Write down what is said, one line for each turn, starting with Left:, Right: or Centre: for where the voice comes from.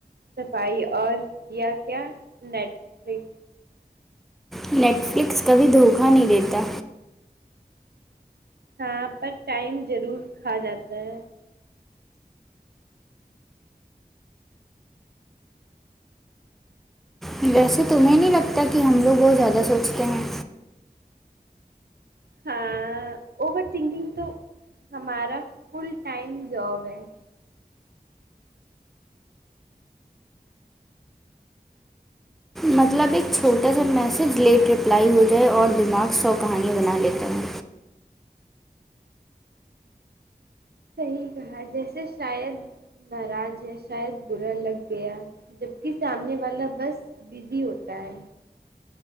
Right: صفائی اور کیا کیا نیٹ فلک
Centre: نیٹفلکس کبھی دھوکہ نہیں دیتا
Right: ہاں پر ٹائم ضرور کھا جاتا ہے
Centre: ویسے تمہیں نہیں لگتا کہ ہم لوگ بہت زیادہ سوچتے ہیں
Right: ہاں اوور تھنکنگ تو ہمارا فل ٹائم جاب ہے
Centre: مطلب ایک چھوٹا سا میسج لیٹ رپلائی ہو جائے اور دماغ سو کہانییاں بنا لیتا ہے
Right: صحیح کہا جیسے شاید ناراض ہے شاید برا لگ گیا جبکہ سامنے والا بس بزی ہوتا ہے